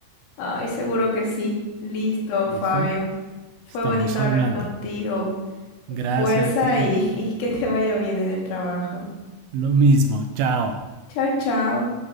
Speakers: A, on the left (about 85°); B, on the right (about 80°).
A: ay, seguro que sí. Listo,
B: ¿Listo?
A: Fabio. Fue
B: Estamos
A: bonito
B: hablando.
A: hablar contigo.
B: Gracias,
A: Fuerza
B: que estés
A: y, <laughs> y que te vaya bien en el trabajo.
B: lo mismo. Chao.
A: Chao, chao.